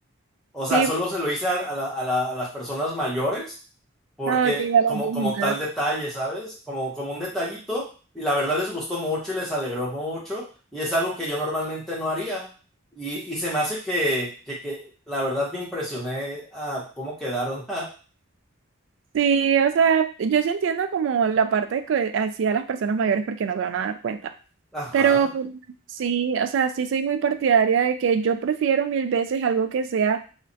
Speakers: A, in the centre; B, on the right (about 65°).
A: O
B: Sí,
A: sea, solo se lo hice a, a la- a la- a las personas mayores, porque
B: ah, ok, a la
A: como,
B: viejita.
A: como tal detalle, ¿sabes? Como, como un detallito, y la verdad les gustó mucho y les alegró mucho, y es algo que yo normalmente no haría. Y, y se me hace que, que, que la verdad me impresioné a cómo quedaron. <laughs>
B: Sí, o sea, yo sí entiendo como la parte que hacía las personas mayores porque no se van a dar cuenta.
A: Ajá.
B: Pero pues, sí, o sea, sí soy muy partidaria de que yo prefiero mil veces algo que sea